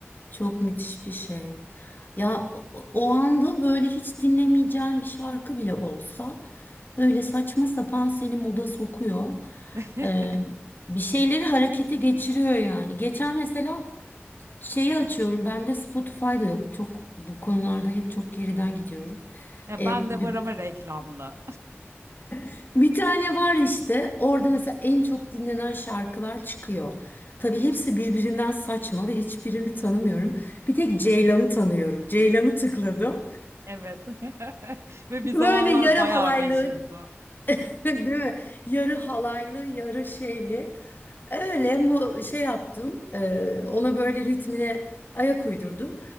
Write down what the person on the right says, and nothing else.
<laughs>
Ya
ben de
var ama reklamlı.
Evet. <laughs> Ve bir
zamanlar
bayağı
meşhurdu.